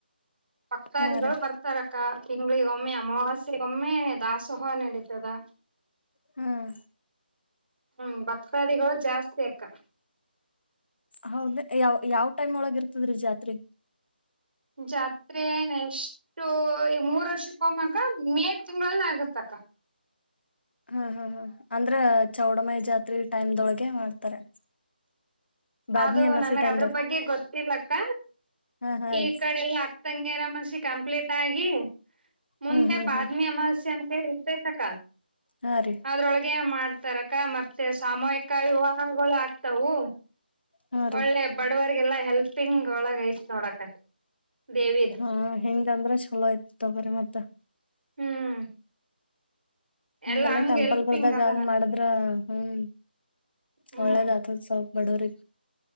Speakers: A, on the right (about 70°); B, on the left (about 75°).
A: ಪಕ್ತಾರಿಗಳು
B: ಹಾ ರೀ
A: ಬರ್ತಾರಕ್ಕ ತಿಂಗಳಿಗ ಒಮ್ಮೆ ಅಮಾವಾಸ್ಯಗ ಒಮ್ಮೆ ದಾಸೋಹ ನಡೀತದ
B: ಹ್ಮ್
A: ಹ್ಮ್ ಭಕ್ತಾದಿಗಳು ಜಾಸ್ತಿ ಅಕ್ಕ
B: ಹೌದ ಯಾವ ಯಾವ್ ಟೈಮ್ ಒಳಗ ಇರ್ತದ್ರಿ ಜಾತ್ರಿ
A: ಜಾತ್ರೆ ಎಷ್ಟು ಈ ಮೂರ್ ವರ್ಷಕ್ಕೆಮ್ಮಕ್ಕ ಮೇ ತಿಂಗಳಗಳಲ್ಲಿ ಆಗತ್ತಕ್
B: ಹ್ಮ್ ಹ್ಮ್ ಹ್ಮ್ ಅಂದ್ರ ಚೌಡಮೈ ಜಾತ್ರಿ ಟೈಮ್ದೊಳಗೆ ಮಾಡ್ತಾರೆ ಬಾದ್ಮಿ
A: ಅದು
B: ಅಮಾಸಿ
A: ನನ್ಗ
B: ಟೈಮ್ದಾಗ
A: ಅದ್ರ ಬಗ್ಗೆ ಗೊತ್ತು ಲಕ್ಕ
B: ಹಾ ಹಾ
A: ಈ
B: ರೀ
A: ಕಡೆ ಅಕ್ತಂಗರ ಮಸಿ ಕಂಪ್ಲೀಟ್ ಆಗಿ ಮುಂದೆ
B: ಹ್ಮ್ ಹ್ಮ್
A: ಬಾದ್ಮಿ
B: ಹ್ಮ್
A: ಅಮಾವಸ್ಯೆ ಅಂತ ಇರ್ತೇತಕ್ಕ
B: ಹಾ ರೀ
A: ಅದ್ರೊಳಗೆ ಮಾಡ್ತ ತರಕ ಮತ್ತೆ ಸಾಮೂಹಿಕ ವಿವಾಹಗಳು ಆಗ್ತವು
B: ಹಾ ರೀ
A: ಒಳ್ಳೆ ಬಡವರ ಗೆಲ್ಲ ಹೆಲ್ಪಿಂಗ್ ಒಳಗ ಐತ್ ನೋಡಕ ದೇವಿದ
B: ಹಾ ಹೆಂಗಂದ್ರೆ ಚಲೋ ಆಯ್ತ ತಗರಿ ಮತ್ತೆ
A: ಹ್ಮ್
B: ಹಂಗಗೆಲ್ಲಾ
A: ಎಲ್ಲಾ ಹಂಗ್
B: ಟೆಂಪಲ್
A: ಎಲ್ಪಿಂಗ್
B: ಗಳದಾಗ
A: ಅದಾರಕ್ಕ
B: ಹಂಗ್ ಮಾಡಿದ್ರ ಹ್ಮ್
A: ಹ್ಮ್
B: ಅವಳ್ಳದತ ಸ ಬಡೋರಿ